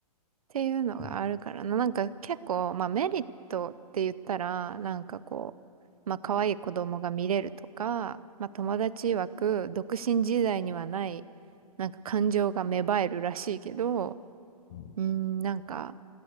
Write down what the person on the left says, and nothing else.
う。うん
うん